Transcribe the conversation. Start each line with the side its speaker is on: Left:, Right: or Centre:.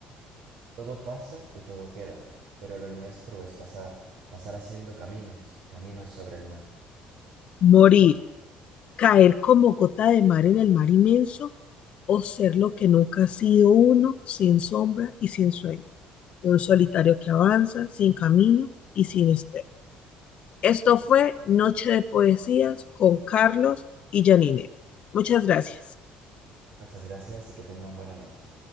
Right: todo pasa y todo queda pero lo nuestro es pasar pasar haciendo caminos caminos sobre el mar
Left: Morir, caer como gota de mar en el mar inmenso o ser lo que nunca ha sido uno, sin sombra y sin sueño. Un solitario que avanza sin camino y sin espera. Esto fue Noche de Poesías con Carlos y Janine. Muchas gracias.
Right: muchas gracias y que tengan buena noche